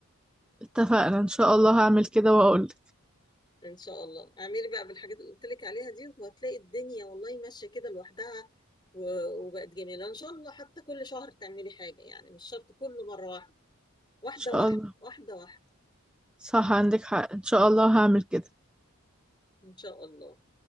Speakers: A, in the centre; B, on the left.
A: اتفقنا ان شاء الله هعمل كده واقولك
B: ان شاء الله اعملي بقى بالحاجات اللي قلت لك عليها دي وهتلاقي الدنيا والله ماشيه كده لوحدها و- وبقت جميله ان شاء الله حتى كل شهر تعملي حاجه يعني مش شرط كله مره واحده واحده
A: ان شاء
B: واحده
A: الله
B: واحده واحده
A: صح عندك حق ان شاء الله هعمل كده
B: ان شاء الله